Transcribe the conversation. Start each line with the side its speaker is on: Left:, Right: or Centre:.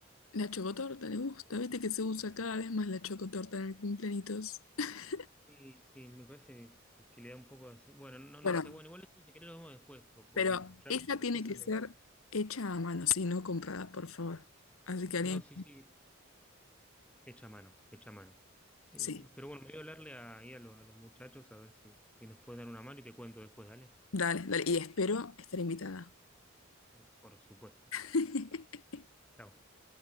Left: la chocotorta le gusta, viste que se usa cada vez más la chocotorta en el cumpleañitos. <laughs>
Centre: Sí, sí, me parece que, que le da un poco así. Bueno, no,
Left: Bueno,
Centre: no sé, bueno, igual eso si querés lo vemos después, po- porque
Left: pero
Centre: ya
Left: esa tiene
Centre: cosas
Left: que ser
Centre: de...
Left: hecha a mano, sí, no comprada, por favor. Así que alguien,
Centre: No, sí, sí, hecha a mano, hecha a mano. Eh,
Left: sí,
Centre: pero bueno, me voy a hablarle a- ahí a, los, a los muchachos a ver si, si nos pueden dar una mano y te cuento después, dale.
Left: dale, dale. Y espero estar invitada.
Centre: Pero por supuesto.
Left: <laughs>
Centre: Chau.